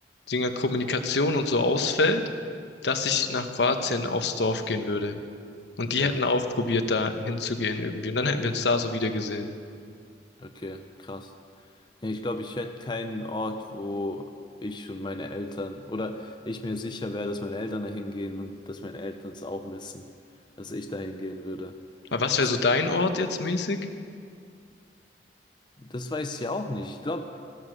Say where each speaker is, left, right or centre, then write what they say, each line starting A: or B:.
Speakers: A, on the left; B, on the left.
A: Dinger Kommunikation und so ausfällt, dass ich nach Kroatien aufs Dorf gehen würde. Und die
B: Ja.
A: hätten auch probiert, da hinzugehen irgendwie. Und dann hätten wir uns da so wieder gesehen.
B: Okay, krass. Nee, ich glaube, ich hätte keinen Ort, wo ich und meine Eltern oder ich mir sicher wäre, dass meine Eltern da hingehen und dass meine Eltern es auch wissen, dass ich da hingehen würde.
A: Aber was
B: Das,
A: wäre so dein Ort jetzt mäßig?
B: das weiß ich ja auch nicht. Ich glaube,